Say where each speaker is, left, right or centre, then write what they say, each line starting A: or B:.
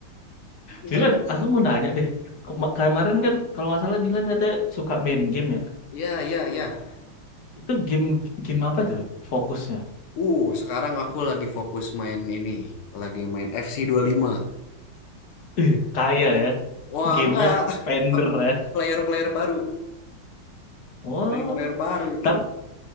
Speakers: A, on the left; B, on the left.
A: Gimana
B: Dilan,
A: nih?
B: aku mau nanya deh. Kema- Kemarin kan kalau nggak salah Dilan katanya suka main game ya.
A: Ya ya ya.
B: Itu game game apa tuh fokusnya?
A: Uh sekarang aku lagi fokus main ini, lagi main FC lima.
B: Eh, kaya ya.
A: Wah
B: Gamenya
A: enggak, <laughs>
B: spender ya.
A: player-player baru,
B: Wow.
A: player-player baru itu.
B: Tapi